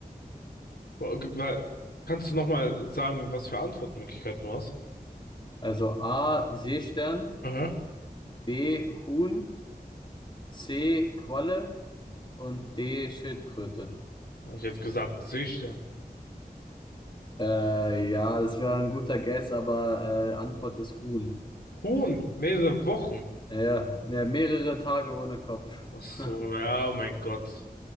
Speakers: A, on the left; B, on the left.
A: Wa- wa- Kannst du nochmal sagen, was für Antwortmöglichkeiten du hast?
B: Also A. Seestern,
A: Aha.
B: B. Huhn, C. Qualle und D. Schildkröte.
A: Hab ich jetzt gesagt, Seestern.
B: Äh, ja, das wäre ein guter Guess, aber äh, Antwort ist Huhn.
A: Huhn, mehrere Wochen.
B: Ja, ja, ne, mehrere Tage ohne Kopf.
A: Ach so,
B: <laughs>
A: ja, oh mein Gott.